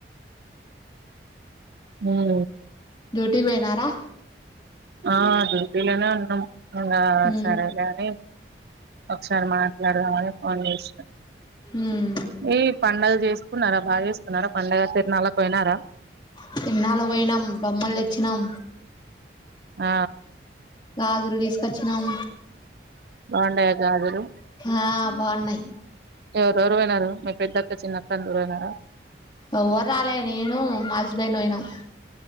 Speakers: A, on the right (about 60°); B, on the left (about 25°).
A: ఉమ్
B: డ్యూటికి పోయినారా
A: ఆ డ్యూటీలోనే ఉన్నాం ఆ
B: ఉమ్
A: సరే గాని ఒకసారి మా అడగాలే ఫోన్ చేసి
B: ఉమ్
A: ఏ పండుగ చేస్ కున్నారా బాగేస్ న్నారా పండుగ తిరునాళకి పోయినారా
B: తిరున్నాలకి పోయినాం బొమ్మలు తెచ్చినాం
A: ఆ
B: గాజులు తీసుకొచ్చినాం
A: బాగుండయా గాజులు
B: ఆ బాగున్నాయి
A: ఎవరెవరు పోయినారు మీక్ పెద్దక్క చిన్నక్క అందరూ పోయినార
B: ఎవ్వరు రాలే నేను మా హస్బెండ్ పోయినం